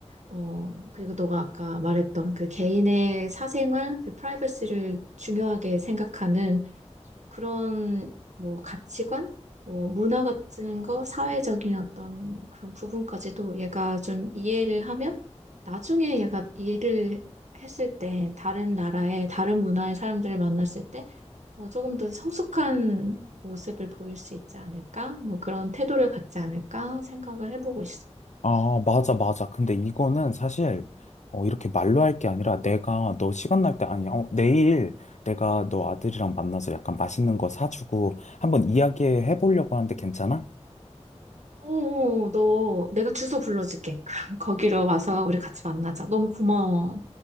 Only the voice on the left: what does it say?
아, 맞아, 맞아. 근데 이거는 사실, 어, 이렇게 말로 할 게 아니라 내가 너 시간 날 때, 아니, 어, 내일 내가 너 아들이랑 만나서 약간 맛있는 거 사주고 한번 이야기해 보려고 하는데 괜찮아?